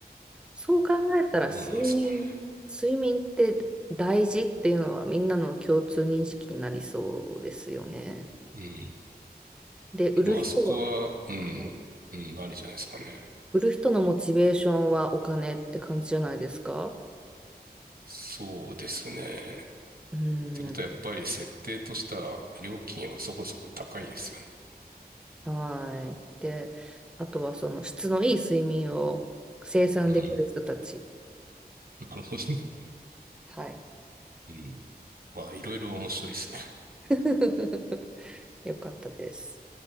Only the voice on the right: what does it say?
どうなんですかね。
うん。
まあそこは、うん、
うん、ありじゃないですかね。
そうですね。
ってことはやっぱり設定とした料金はそこそこ高いですよね。
うん。なるほど。<laughs>
うん。まあいろいろ面白いですね。